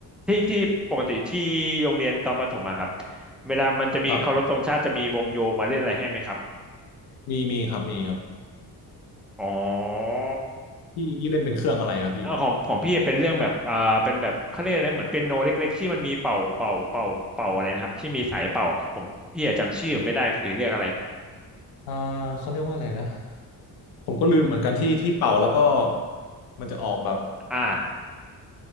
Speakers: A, in the centre; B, on the left.
A: ที่ที่ปกติที่โรงเรียนตอนประถมอะครับเวลามันจะมีเคารพธงชาติจะมีวงโยมาเล่นอะไรให้ไหมครับ
B: ครับ มีมีครับมีครับ
A: อ๋อ
B: พี่พี่เล่นเป็นเครื่องอะไรครับพี่
A: เอาของของพี่เป็นเรื่องแบบอ่าเป็นแบบเขาเรียกอะไรเหมือนเปียโนเล็กๆที่มันมีเป่าเป่าเป่าเป่าอะไรนะครับที่มีสายเป่าครับผมพี่อะจำชื่อมันไม่ได้คือเรียกอะไร
B: อ่าเขาเรียกว่าอะไรนะผมก็ลืมเหมือนกันที่ที่เป่าแล้วก็มันจะออกแบบ
A: อ่า